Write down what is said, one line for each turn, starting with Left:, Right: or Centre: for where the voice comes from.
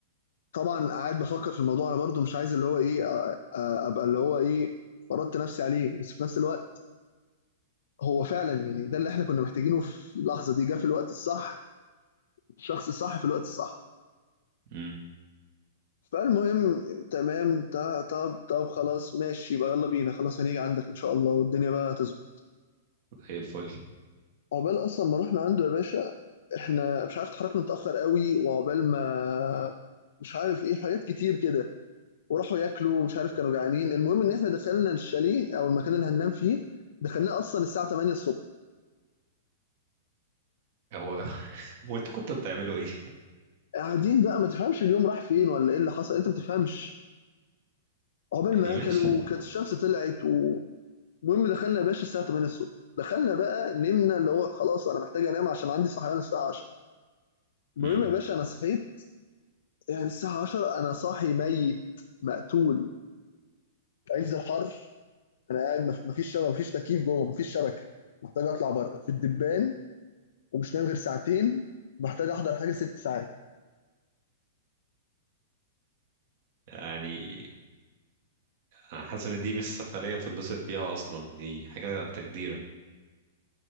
Left: طبعا قاعد بفكر في الموضوع انا برضو مش عايز اللي هو ايه آه آه ابقى اللي هو ايه فرضت نفسي عليه بس في نفس الوقت هو فعلا يعني ده اللي احنا كنا محتاجينه في اللحظة دي جه في الوقت الصح الشخص الصح في الوقت الصح
Right: امم
Left: فالمهم تمام تا- طب طب خلاص ماشي يبقى يلا بينا خلاص هنيجي عندك ان شاء الله والدنيا بقى تظبط
Right: زي الفل
Left: عقبال اصلا ما رحنا عنده يا باشا احنا مش عارف اتحركنا متاخر قوي وعقبال ما مش عارف ايه حاجات كتير كده وراحوا ياكلوا مش عارف كانوا جعانين المهم ان احنا دخلنا الشاليه او المكان اللي هننام فيه دخلناه اصلا الساعه 8 الصبح
Right: هو <laughs> هو انتوا كنتوا بتعملوا ايه
Left: قاعدين بقى ما تفهمش اليوم راح فين ولا ايه اللي حصل انت ما بتفهمش عقبال
Right: يعني
Left: ما
Right: ماشي
Left: اكلوا كانت الشمس طلعت و- المهم دخلنا يا باشا الساعه 8 الصبح دخلنا بقى نمنا اللي هو خلاص انا محتاج انام عشان عندي صحيان الساعه 10 المهم
Right: امم
Left: يا باشا انا صحيت يعني الساعه 10 انا صاحي ميت مقتول عز الحر انا قاعد مف- مفيش شبكه مفيش تكييف جوه مفيش شبكه محتاج اطلع بره في الدبان ومش نايم غير ساعتين محتاج احضر حاجه ست ساعات
Right: يعني انا حاسس ان دي مش سفرية تنبسط فيها اصلا دي حاجة تجديرة